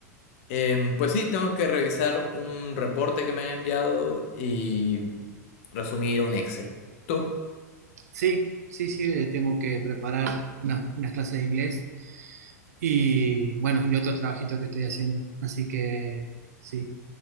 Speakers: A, on the left; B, on the right.
A: Em, pues sí, tengo que revisar un reporte que me han enviado y resumir un Excel. ¿Tú?
B: Sí, sí, sí, eh, tengo que preparar unas unas clases de inglés y bueno, y otro trabajito que estoy haciendo, así que sí,